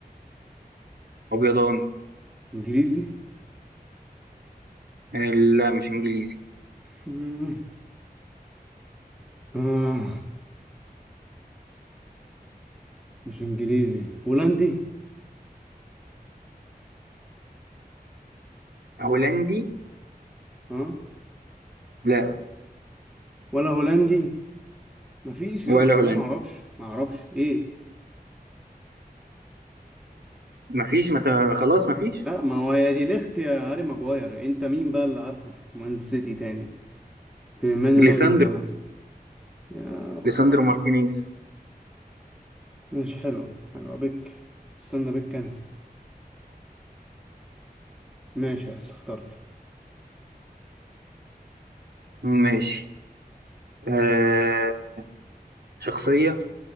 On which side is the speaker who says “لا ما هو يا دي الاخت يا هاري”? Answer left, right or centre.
Centre